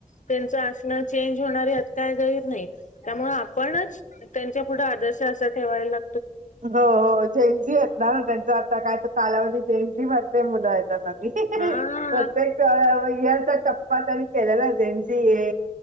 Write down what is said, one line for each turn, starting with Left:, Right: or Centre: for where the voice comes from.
Left: त्यांचं आसन चेंज होणार यात काय गैर नाही. त्यामुळे आपणच, त्यांच्या पुढं आदर्श असा ठेवायला ला
Right: हो हो झेंझी आहेत ना ना त्यांच आता काय तर कालावधी जेंझी मधले मुलं आहेत आता.
Left: हा..
Right: प्रत्येकचा <unintelligible> टप्पा तरी केलेला जेंजी ये